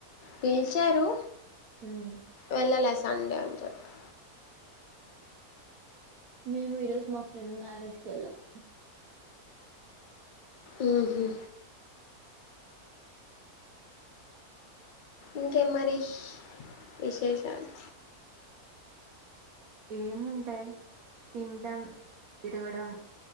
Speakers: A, on the left; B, on the right.
A: పిల్చారు
B: ఉమ్,
A: వెళ్ళలా అస్ సండే అనిచెప్తా
B: మేము ఈ రోజు మా ఫ్రెండ్ మ్యారేజ్కి వెళ్ళామ్
A: ఉహు ఇంకే మరి ఇస్ విశేషాలు
B: ఏముంటాయ్ తిండ్డం తిరగడం